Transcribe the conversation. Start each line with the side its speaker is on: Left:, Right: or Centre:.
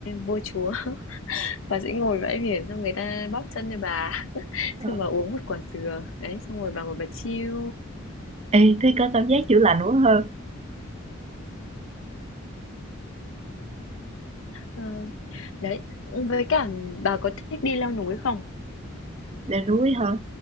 Left: vua chúa. <laughs> Bà sẽ ngồi bãi biển xong người ta bóp chân cho bà, <laughs>
Right: Ờ.
Left: xong bà uống một quả dừa, đấy xong rồi bà ngồi bà chill.
Right: Ê, thế có cảm giác chữa lành quá hơn
Left: Ờ, đấy, với cả bà có thích đi leo núi không?
Right: lên núi hơn